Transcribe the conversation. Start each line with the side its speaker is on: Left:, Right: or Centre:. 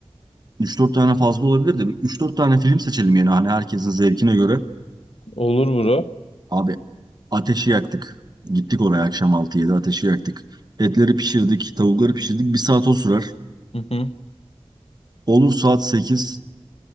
Right: üç dört tane fazla olabilir de üç dört tane film seçelim yani hani herkesin zevkine göre.
Left: Olur bro.
Right: Abi ateşi yaktık. Gittik oraya akşam altı yedi ateşi yaktık. Etleri pişirdik, tavukları pişirdik. Bir saat o sürer.
Left: Hı hı.
Right: Olur saat sekiz